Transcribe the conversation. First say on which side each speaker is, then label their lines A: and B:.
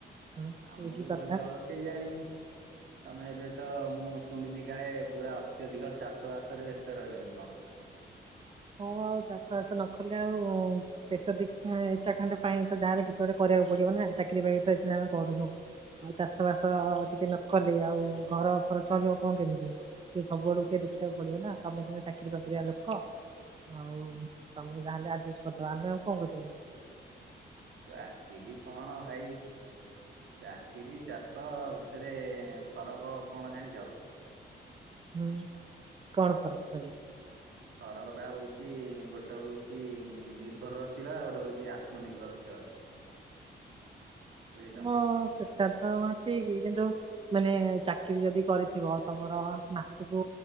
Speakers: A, on the right; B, on the right.
A: ହଁ
B: ଆମକୁ
A: ଏଇ କି କଥା
B: ଭୁଲି ହବ କେ ଜାଣି ତମେ ଏବେ ତ ମୁଁ ଶୁଣିଛି କାଳେ ପୁରା ଅତ୍ୟଧିକ ଚାଷ ବାସରେ ବ୍ୟସ୍ତ ରହିଲଣି କଣ
A: ହଁ ଆଉ ଚାଷ ବାସ ନ କଲେ ଆଉ ପେଟ ଦି କ୍ ମାନେଚାକଣ୍ଡ ପାଇଁ ତ ଯାହାଲେ କିଛି ଗୋଟେ କରିବାକୁ ପଡିବ ନା ଚାକିରି ବାକିରି ତ ଏ ଇ ଶୁନା ଆମେ କରୁନୁ ଆଉ ଚାଷ ବାସ
B: ହଁ।
A: ଟିକେ ନକଲେ ଆଉ ଘର ଫର ଚଳିବ କଣ କେମିତି ସେ ସବୁଆଡୁ ଟିକେ ଦେଖିବାକୁ ପଡିବ ନା ତମେ ସିନା ଚାକିରି ବାକିରିଆ ଲୋକ ହଉ ତମେ ଯା ହେଲେ ଆଡଜଷ୍ଟ କରିଦବ, ଆମେ ଆଉ କଣ କରିବୁ?
B: ଚାକିରି କଣ ଭାଇ ଚାକିରୀ ଚାଷ ଭିତରେ ଫରକ କଣ ଜାଣିଛ?
A: ହୁଁ କଣ ଫରକ କହିଲେ।
B: ଫରକ ଟା ହଉଚି ଗୋଟା ହଉଛି ନିର୍ଭରରଶୀଳ ଆଉ ଗୋଟେ ହଉଛି ଆତ୍ମନିର୍ଭରଶୀଳ। ବୁଝିଲ
A: ହଁ ସେ ସେଟା ତ ଠିକ କିନ୍ତୁ ମାନେ ଚାକିରି ଯଦି କରିଥିବ ତମର ମାସକୁ